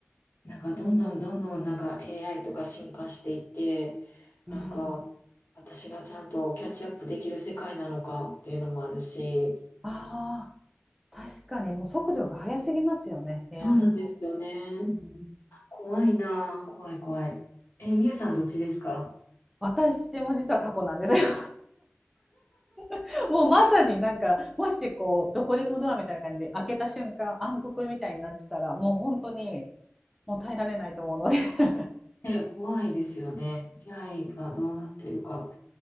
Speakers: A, on the left; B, in the centre.
A: なんかどんどんどんどんなんか AI とか進化していって、
B: うん
A: なんか私がちゃんとキャッチアップできる世界なのかっていうのもあるし、
B: ああ確かにもう速度が速すぎますよね AI、
A: そうなんですよね。
B: うん
A: 怖いな。怖い怖い。え、みゆさんどっちですか
B: 私も実は過去なんですよ <laughs> もうまさになんかもしこうどこでもドアみたいな感じで開けた瞬間暗黒みたいになってたらもう本当にもう耐えられないと思うので。<laughs>
A: え怖いですよね。未来がどうなってるか。